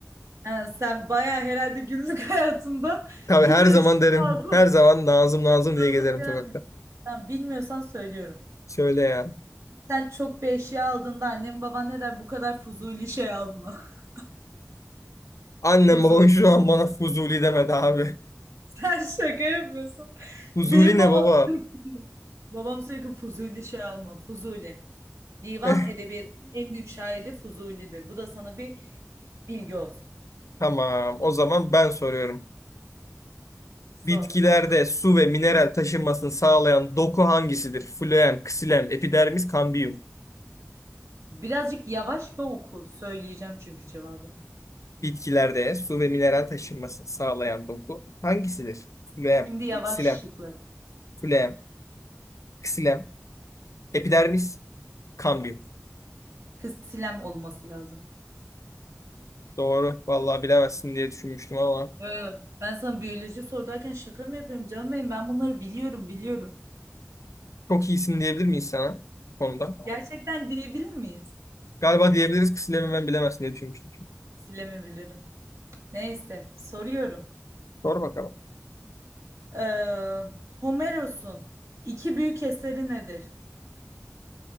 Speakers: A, on the right (about 75°); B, on the left (about 75°).
A: Ha, sen bayağı herhalde günlük <laughs> hayatında
B: Tabii
A: cümle
B: her zaman
A: içinde
B: derim.
A: fazla
B: Her zaman Nazım Nazım diye
A: fazla
B: gezerim
A: beğenmiyorsun.
B: sokakta.
A: Tamam, bilmiyorsan söylüyorum.
B: Söyle ya.
A: Sen çok bir eşya aldığında annen baban ne der? Bu kadar fuzuli şey alma. <laughs>
B: Annem
A: Fuzuli.
B: babam şu an bana Fuzuli demedi abi.
A: Sen şaka yapıyorsun.
B: Fuzuli
A: Benim
B: ne
A: babam
B: baba?
A: sürekli, babam sürekli fuzuli şey alma. Fuzuli. Divan
B: <laughs>
A: edebiyatının en büyük şairi Fuzuli'dir. Bu da sana bir bilgi olsun.
B: Tamam. O zaman ben soruyorum.
A: Sor.
B: Bitkilerde su ve mineral taşınmasını sağlayan doku hangisidir? Floem, ksilem, epidermis, kambiyum.
A: Birazcık yavaş ve oku. Söyleyeceğim çünkü cevabı.
B: Bitkilerde su ve mineral taşınmasını sağlayan doku hangisidir? Phloem,
A: Şimdi yavaş
B: xilem,
A: şıkları.
B: phloem, ksilem, epidermis, kambium.
A: Kız silem olması lazım.
B: Doğru. Vallahi bilemezsin diye düşünmüştüm ama
A: Yo, yo. Ben sana biyoloji sorarken şaka mı yapıyorum canım benim? Ben bunları biliyorum, biliyorum.
B: çok iyisin diyebilir miyiz sana bu konuda?
A: Gerçekten diyebilir miyiz?
B: Galiba diyebiliriz ksilemi ben bilemezsin diye düşünmüştüm.
A: Silemi bilirim. Neyse, soruyorum.
B: Sor bakalım.
A: Ee, Homeros'un iki büyük eseri nedir?